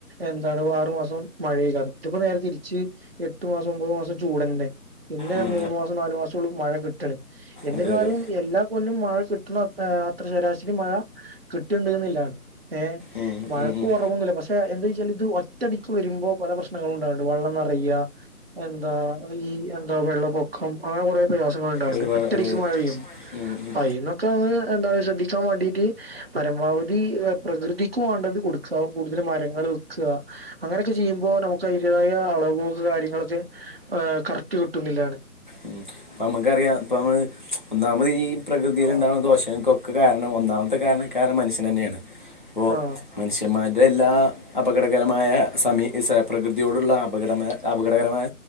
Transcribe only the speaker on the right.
എന്താണ്, വാറു മാസം, മഴഏയ്ക്കാരം, ഇതിപ്പോ, നേരെ തിരിച്ച് ഈ, എട്ടു മാസം, ഒമ്പത് മാസം, ചൂടേന്നെ പിന്നെ,
മൂന്ന് മാസം, നാലു മാസം, ഒള്ളു, മഴ കിട്ടണ്, എന്നിരുന്നാലും,
എല്ലാ കൊല്ലും, മഴ കിട്ടണ ആ, അത്ര ശരാശരി, മഴ, കിട്ടിയുണ്ടുന്നില്ലാ ഏഹ്,
മഴക്ക്
കുറവൊന്നുല്ല, പശെ, എന്താച്ചാല്, ഇത്, ഒറ്റടിക്ക്, വരുമ്പോ, പല പ്രശ്നങ്ങളും ണ്ടാവ്ണ്ട്, വള്ളം പറയ്യ, എന്താ, ഈ, എന്താ, വെള്ളപ്പൊക്കം, ആ, കൊറയെ മായാസങ്ങള് ണ്ടാവ്ണ്ട്,
ഒറ്റടിക്ക്
മഴ പെയ്യും,
ഇന്നൊക്കെ എന്താണ്, ശ്രദ്ധിക്കാവേണ്ടീട്ട്, പരമാവധി പ്രകൃതിക്ക്, വാണ്ടത് കൊടുക്ക, കൂടുതൽ മരങ്ങള്, വെക്ക, അങ്ങനെയൊക്കെ, ചെയ്യുമ്പോ, നമുക്ക്, അയ്ൻ്റേതായ ആ, പോകാര്യങ്ങളൊക്കെ, ഏ, കറക്റ്റ്, കിട്ടുംന്നില്ലാണ്
ആഹ്
ആഹ്